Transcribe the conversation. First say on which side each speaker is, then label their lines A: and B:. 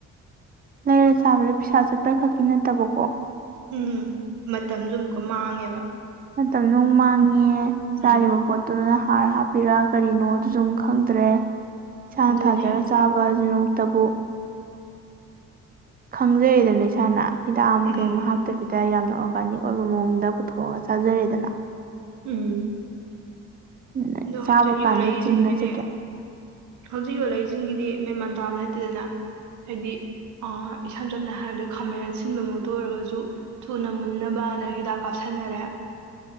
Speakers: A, on the right; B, on the right.
A: ꯂꯩꯔ ꯆꯥꯕꯗꯣ ꯄꯩꯁꯥ ꯆꯠꯄ ꯈꯛꯀꯤ ꯅꯠꯇꯕꯀꯣ
B: ꯎꯝ ꯃꯇꯝꯖꯨ ꯑꯃꯨꯛꯀꯥ ꯃꯥꯡꯉꯦꯕ
A: ꯃꯇꯝꯖꯨ ꯑꯃꯨꯛ ꯃꯥꯡꯉꯦ ꯆꯥꯔꯤꯕ
B: ꯎꯝ
A: ꯄꯣꯠ ꯇꯨꯅ ꯍꯥꯔ ꯍꯥꯞꯄꯤꯔ ꯀꯔꯤꯅꯣ ꯑꯗꯨꯖꯨ ꯃꯨꯛ ꯈꯪꯗꯔꯦ ꯏꯁꯥꯅ
B: ꯑꯗꯨꯅꯦ
A: ꯊꯥꯖꯔ ꯆꯥꯕꯖꯤꯅ ꯃꯨꯛꯇꯕꯨ ꯈꯪꯖꯩꯗꯅ ꯏꯁꯥꯅ ꯍꯤꯗꯥꯛ ꯑꯃ
B: ꯎꯝ
A: ꯀꯩ ꯑꯃ ꯍꯥꯞ ꯇꯕꯤꯗ ꯌꯥꯝꯅ ꯑ꯭ꯣꯔꯒꯥꯅꯤꯛ ꯑꯣꯏꯕ ꯃꯑꯣꯡꯗ ꯄꯨꯊꯣꯛꯑꯒ ꯆꯥꯖꯔꯦꯗꯅ
B: ꯎꯝ
A: ꯑꯗꯨꯅ
B: ꯑꯗꯣ
A: ꯆꯥꯕ
B: ꯍꯧꯖꯤꯛ ꯌꯣꯜꯂꯛꯏꯖꯤꯡꯖꯤꯗꯤ
A: ꯀꯥꯟꯗ ꯆꯤꯡꯅꯖꯗ꯭ꯔꯦ
B: ꯍꯧꯖꯤꯛ ꯌꯣꯜꯂꯛꯏꯖꯤꯡꯖꯤꯗꯤ ꯃꯦꯃꯥꯟ ꯇꯥꯕ ꯅꯠꯇꯦꯗꯅ ꯍꯥꯏꯗꯤ ꯑꯥ ꯏꯁꯝ ꯁꯝꯅ ꯍꯥꯏꯔꯕꯗ ꯈꯥꯃꯦꯟ ꯁꯤꯟꯕꯃꯛꯇꯥ ꯑꯣꯏꯔꯒꯖꯨ ꯊꯨꯅ ꯃꯨꯟꯅꯕꯅ ꯍꯤꯗꯥꯛ ꯀꯥꯞꯁꯟꯅꯔꯦ